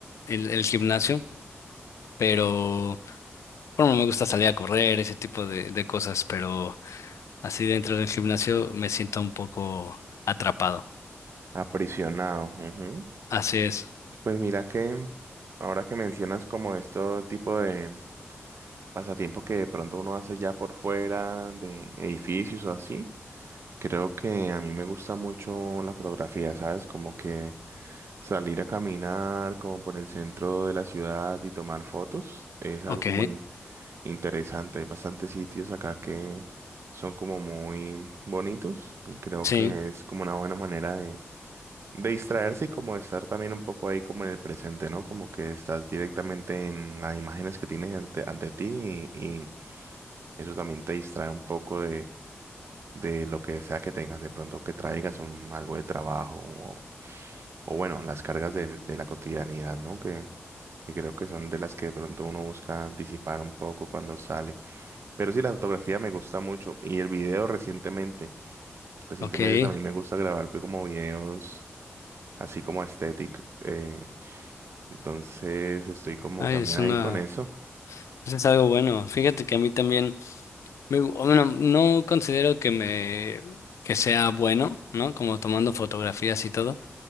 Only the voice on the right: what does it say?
Aprisionado. ujú.
Pues mira que ahora que mencionas como este tipo de, pasatiempos que de pronto uno hace ya por fuera de edificios o así. Creo que a mí me gusta mucho la fotografía, ¿sabes? Como que salir a caminar como por el centro de la ciudad y tomar fotos es algo
como in- interesante. Hay bastantes sitios acá que son como muy bonitos y creo
que es como una buena manera de, de distraerse y como de estar también un poco ahí como en el presente, ¿no? Como que estás directamente en las imágenes que tienes ante, ante ti y eso también te distrae un poco de, de lo que sea que tengas, de pronto que traigas un, algo de trabajo o, o bueno, las cargas del- de, la cotidianidad, ¿no? Que, que creo que son de las que de pronto uno busca disipar un poco cuando sale. Pero sí, la fotografía me gusta mucho y el video recientemente, recientemente
también me gusta grabar pues, como videos así como aesthetic. eh, entonces estoy como
también
ahí
con eso.